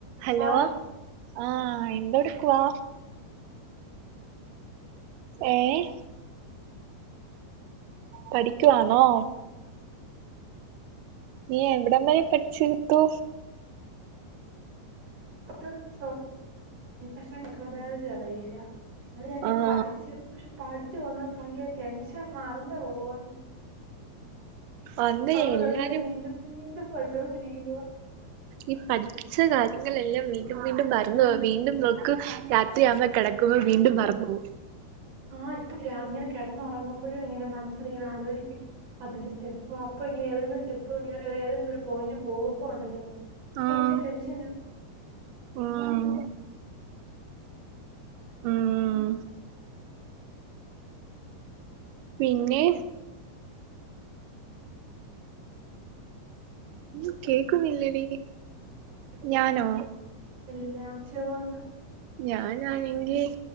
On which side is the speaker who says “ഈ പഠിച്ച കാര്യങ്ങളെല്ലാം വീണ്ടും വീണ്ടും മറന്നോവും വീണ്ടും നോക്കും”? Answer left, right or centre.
Right